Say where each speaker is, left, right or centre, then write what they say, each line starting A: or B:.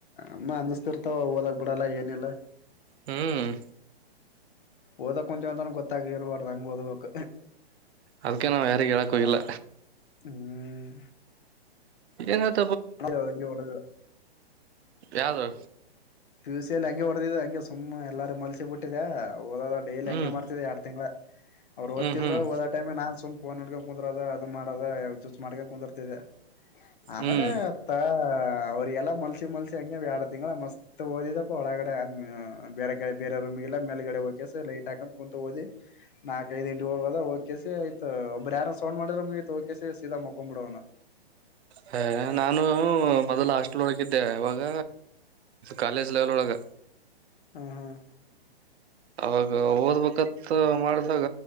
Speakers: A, on the left; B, on the right.
A: ಅಮ್ಮ ಅಂದಸ್ತಿರ್ತವ ಓದಾಗ ಬಿಡಲ್ಲ ಏನಿಲ್ಲ
B: ಹ್ಮ್
A: ಓದಕ್ ಕುಂಂತ ಒಂತನ ಗೊತ್ತಾಗಿ ಇರ್ಬಾರ್ದಂಗ್ ಓದಬೇಕು
B: ಅದಕ ನಾವ್ ಯಾರಿಗೆ ಹೇಳಕ್ಕ ಹೋಗಿಲ್ಲ
A: ಹ್ಮ್
B: ಎನ ಹೇಳ ತಿ
A: ಇಂಗೆ ಹೊಡೆದಿದ್ದ
B: ಯಾವ್ದು
A: ಪ್ಯುಸಿಯಲ್ಲಿ ಹಂಗೆ ಹೊಡೆದಿದೆ ಹಂಗೆ ಸುಮನೆ ಎಲ್ಲು ಮಲ್ಸಿ ಬಿಟ್ಟಿದೆ ಓದ ಡೇಲಿ
B: ಹ್ಮ್
A: ಹಂಗೆ ಮಾಡ್ತಿದೆ ಎರಡ್ ತಿಂಗ್ಳ ಅವ್ ಓದ್ತಿದ್ರು
B: ಹ್ಮ್ ಹ್ಮ್
A: ಹಓದ ಟೈಮ್ ನಾನ್ ಸು ಫೋನ್ ನೋಡ್ಕೊಂಡ ಕುಂದರದ ಅದು ಮಾಡದ ಚೂಚ್ ಮಾಡ್ಕೊಂಡ ಕುಂದಿರ್ತಿದೆ
B: ಹ್ಮ್
A: ಮೇಲೆ ತಾ ಅವ್ರಿಗೆಲ್ಲ ಮಲ್ಸಿ ಮಲ್ಸಿ ಹಂಗಗೆ ಎರಡು ತಿಂಗಗಳ ಮಸ್ತ್ ಓದಿದಪ್ಪ ಒಳಗಡೆ ಬೇರೆ ಕಡೆ ಬೇರೊಮ್ ಲ್ಲ ಮೇಲ್ಗಡೆ ಹೋಗಕೆ ಲೈಟ್ ಹಾಕೊಂಡ ಕ ಕುಂತ ಹದಿ ನಾಲ್ಕ್ ಐದು ಹಂಟ ಹೋಗದ ಕೆಸಿ ಆಯ್ತ್ ಒಬ್ಬ್ರ ಯಾರ ಸೌಂಡ್ ಮಾಡಿದ್ರ ಮುಗತ್ ಕಸಿ ಸೀದಾ ಮಕೊಂಡ್ ಬಿಡವ ನಾ
B: ಹ ನಾನು ಮೊದಲ ಅಷ್ಟಲ್ ಹಳಗಿದ್ದೆ ಇವಾಗ ಕಾಲೇಜ ಲೇವಲ್ ಒಳಗ
A: ಹ್ಮ್ ಹ್ಮ್
B: ಅವಾಗ ಓದ್ಬೇಕತ್ತ ಮಾಡ್ದಾಗ